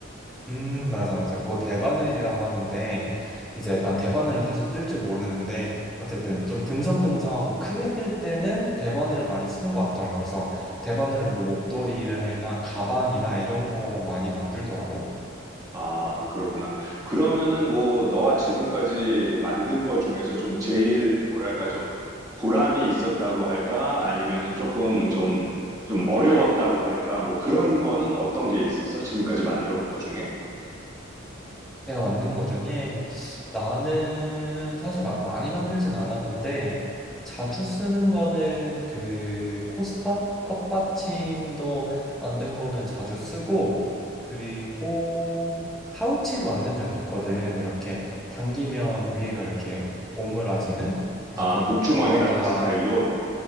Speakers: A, in the centre; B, on the right.
A: 음, 맞아, 맞아. 그거 대바늘이라고 하는데, 이제 난 대바늘은 사실 뜰 줄 모르는데, 어쨌든 좀 듬성듬성하고 크게 뜰 때는 대바늘 많이 쓰는 것 같더라고. 그래서 대바늘로 뭐 목도리나 가방이나 이런 거 많이 만들더라고.
B: 아, 그렇구나. 그러면은 뭐, 너가 지금까지 만든 거 중에서 좀 제일, 뭐랄까, 좀 보람이 있었다고 할까? 아니면은 조금 좀, 좀 어려웠다고 할까? 뭐 그런 거는 어떤 게 있었어? 지금까지 만들어 본 거 중에?
A: 내가 만든 거 중에 나는 사실 막 많이 만들진 않았는데 자주 쓰는 거는 그 코스터? 컵받침도 만든 거는 자주 쓰고 그리고 파우치도 만든 적 있거든. 이렇게 당기면 위에가 이렇게 오므라지는 그래서
B: 아,
A: 좀
B: 복주머니
A: 열었다가
B: 같은 스타일로?